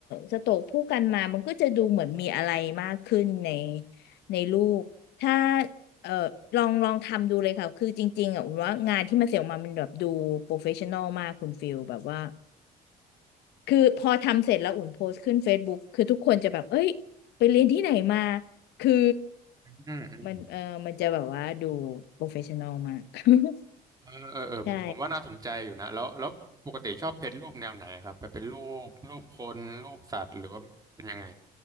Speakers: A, on the left (about 80°); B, on the right (about 20°).
A: สโตรกผู้กันมา มันก็จะดูเหมือนมีอะไรมากขึ้นในในลูกถ้าเออลองลองทำดูเลยค่ะคือจริงๆอ่ะอุ่นว่างานที่มันเสร็จออกมามันแบบดูโปรเฟชชั่นอลมากคุณฟิลแบบว่าคือพอทำเสร็จแล้วอุ่นโพสต์ขึ้น Facebook คือทุกคนจะแบบเอ้ยไปเรียนที่ไหนมา <laughs> คือ
B: อืมอืม
A: มันเออมันจะแบบว่าดูโปรเฟชชั่นอลมาก <laughs>
B: เออเออเออผมผมว่าน่าสนใจอยู่นะแล้วแล้วปกติชอบเพจรูปแนวไหนครับแบบเป็นรูปรูปคนรูปสัตว์หรือว่าเป็นยังไง
A: ใช่